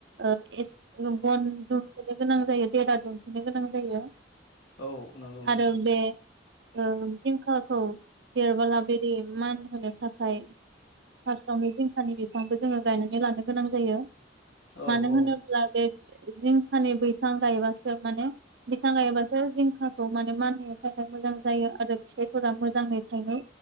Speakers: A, on the right (about 65°); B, on the left (about 85°).
A: ओ एसे बन दुमथेनो गोनां जायो देेरा दुन्थेनो गोनां जायो।
B: औ नंगौ नोंथां।
A: आरो बे ओ जिंखाखौ देरबोला बिदि मान होनो थाखाय फास्थआवनो जिंखानि बिफांबो जोङो गायनानै लानो गोनां जायो।
B: औ
A: मानो
B: औ
A: होनोब्ला बे जिंखानि बैसां गायोबासो माने बिफां गायोबासो जिंखाखौ माने मानहोनो थाखाय मोजां जायो आरो फिथायफोर फोरा मोजाङै थायनो